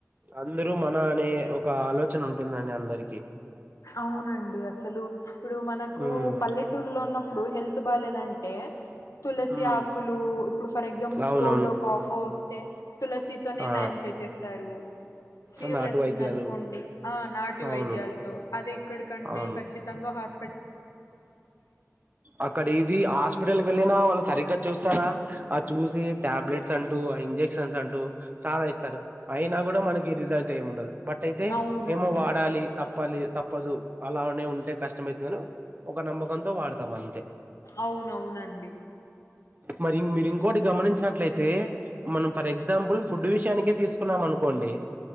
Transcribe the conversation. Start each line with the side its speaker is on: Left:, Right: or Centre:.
Right: అందరూ మన అనే ఒక ఆలోచన ఉంటుందండి అందరికి
Left: అవునండి అసలు ఇప్పుడు మనకు
Right: ఉమ్
Left: పల్లెటూర్లో ఉన్న ఇప్పుడు హెల్త్ బాలేదంటే తులసి
Right: ఉమ్
Left: ఆకులు ఇప్పుడు ఫర్ ఎగ్జాంపుల్
Right: అవునవును
Left: కోల్డో కాఫో వస్తే తులసితోనే
Right: ఆ
Left: నయం చేసేస్తారు ఫీవర్
Right: నాటు
Left: వచ్చింది
Right: వైద్యాలు
Left: అనుకోండి ఆ నాటి
Right: అవును
Left: వైద్యాలతో అదేక్కడికంటే
Right: అవును
Left: ఖచ్చితంగా హాస్
Right: అక్కడ ఇది హాస్పిటల్ వెళ్ళిన వాళ్ళు సరిగ్గా చూస్త ఆ అది చూసి టాబ్లెట్స్ అం టూ ఆ ఇంక్షన్ అంటూ సాగదిస్తారు. అయినా గుడా మన కి రిజల్ట్ ఏం ఉండదు. బట్ అయితే
Left: అవునండి
Right: ఏమో వాడాలి తప్పాలి తప్పదు అలా అనే ఉం టే కష్టమైతుందనో ఒక నమ్మకంతో వాడతాం అంతే
Left: అవునవునండి
Right: మరింగ్ మిరింగ్ ఇంకోటి గమనించినట్లయితే మనం ఫర్ ఎగ్జాంపుల్ ఫుడ్ విషయానికే తీస్ కున్నాం అనుకోండి